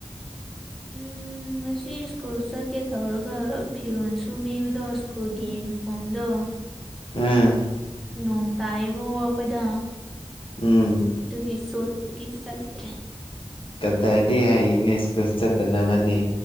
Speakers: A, in the centre; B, on the left (about 55°).
A: ꯎꯝ꯫ ꯉꯁꯤ ꯁ꯭ꯀꯨꯜ ꯆꯠꯀꯦ ꯇꯧꯔꯒ ꯐꯤꯔꯣꯜ ꯁꯨꯕꯤꯕꯗꯣ ꯁ꯭ꯀꯨꯜꯒꯤ ꯌꯨꯅꯤꯐꯣꯔꯝꯗꯣ꯫
B: ꯎꯝ꯫
A: ꯅꯣꯡ ꯇꯥꯏꯌꯦꯕꯣꯀꫭꫭ ꯑꯩꯈꯣꯏꯗ
B: ꯎꯝ
A: ꯑꯗꯨꯒꯤ ꯁꯣꯠꯄꯨꯒꯤ ꯆꯠꯇ꯭ꯔꯦ꯫
B: ꯀꯗꯥꯗꯤ ꯍꯥꯏꯅꯦ ꯁ꯭ꯀꯨꯜ ꯆꯠꯇꯅꯕꯗꯤ꯫